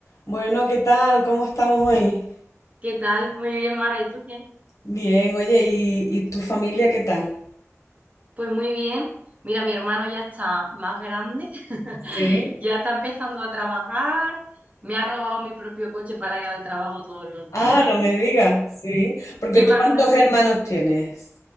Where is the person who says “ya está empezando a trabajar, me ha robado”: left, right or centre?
Right